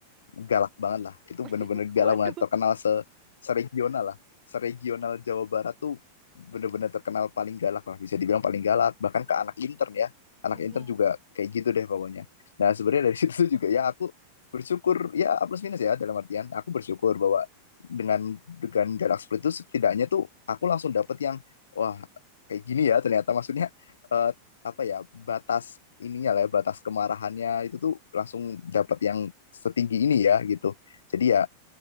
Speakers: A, on the left; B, on the right.
A: galak banget lah itu bener-bener
B: <laughs>
A: galak
B: Waduh.
A: banget terkenal se regional lah seregional Jawa Barat tuh bener-bener terkenal paling galak lah bisa dibilang paling galak bahkan ke anak intern ya anak
B: Mm-mm.
A: intern juga kayak gitu deh pokoknya nah sebenarnya dari <laughs> situ juga ya aku bersyukur ya A plus minus ya dalam artian aku bersyukur bahwa dengan dengan galak seperti itu setidaknya tuh aku langsung dapet yang wah kayak gini ya ternyata maksudnya eh, apa ya batas ininya lah ya, batas kemarahannya itu tuh langsung dapat yang setinggi ini ya gitu jadi ya